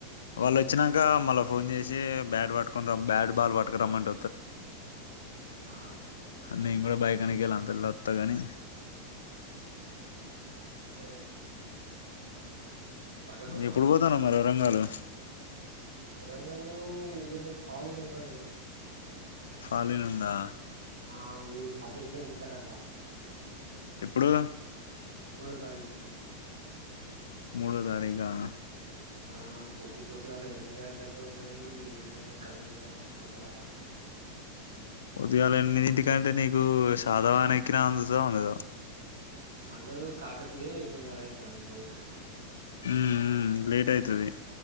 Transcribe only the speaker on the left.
వాళ్ళు వచ్చినాక మళ్ళా ఫోన్ చేసి బ్యాట్ పట్టుకుని రా బ్యాట్ బాల్ పట్టుకురమ్మంట
నేం కూడా బైకాని గెల్లా అంతలోత్త కాని
ఎప్పుడు పోతాను మరి వరంగాలు
ఫాలేనునుందా
ఎప్పుడు
మూడో తారీగా
ఉదయాలు ఎనిమిదింటికంటే నీకు సాదవాన ఎక్కిన అందుతా ఉండదొ
హ్మ్ హ్మ్ లేట్ అయితది